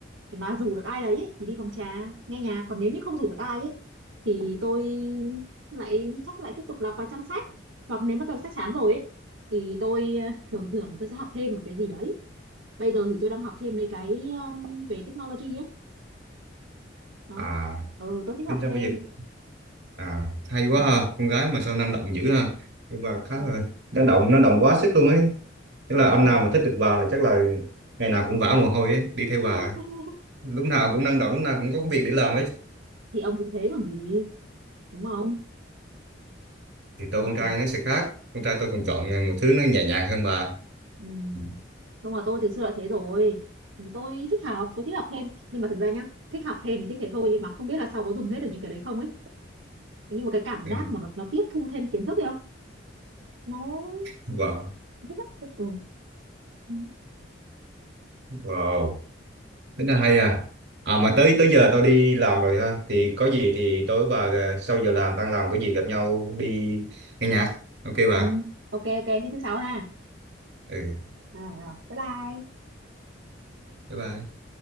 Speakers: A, on the right; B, on the right.
A: thì mà rủ được ai đấy ý, thì đi phòng trà nghe nhạc còn nếu như không rủ được ai ấy thì tôi lại chắc lại tiếp tục đọc vài trang sách hoặc nếu mà tôi sách chán rồi ấy thì tôi ờ, thường thường tôi sẽ học thêm một cái gì đấy bây giờ thì tôi đang học thêm mấy cái um, về technology ấy đó
B: à
A: ừ tôi thích
B: tính
A: học
B: ra bây
A: thêm
B: giờ à hay quá
A: ừ,
B: ha con gái mà sao năng động dữ ha nhưng mà khá
A: ừ,
B: là năng động năng động quá sức luôn ấy tức
A: ừ
B: là anh
A: thì
B: nào mà thích được bà là chắc là ngày nào cũng vã mồ hôi ấy đi theo bà
A: <laughs>
B: lúc nào cũng năng động lúc nào cũng có việc để làm ấy
A: thì ông cũng thế còn gì đúng không
B: thì tôi
A: Đấy.
B: con trai nó sẽ khác con trai tôi còn
A: Ừ.
B: chọn một thứ nó nhẹ nhàng hơn bà
A: Ừ.
B: ừ.
A: đúng rồi tôi từ xưa đã thế rồi Ừ, tôi thích học tôi thích học thêm nhưng mà thực ra nhá thích học thêm thì thích thế thôi nhưng mà không biết là sau có dùng hết được những cái đấy không ấy Thế nhưng mà cái cảm
B: Ừ.
A: giác mà nó nó tiếp thu thêm kiến thức ấy không nó
B: wow
A: thích lắm ừ. Ừ.
B: wow tính là hay à à mà tới tới giờ tôi đi làm rồi ha thì có gì thì tối bà à, sau giờ làm tan làm có gì gặp nhau đi nghe nhạc ok bà
A: ừ. ok ok thế thứ sáu ha
B: ừ
A: à, rồi bye bye
B: bye bye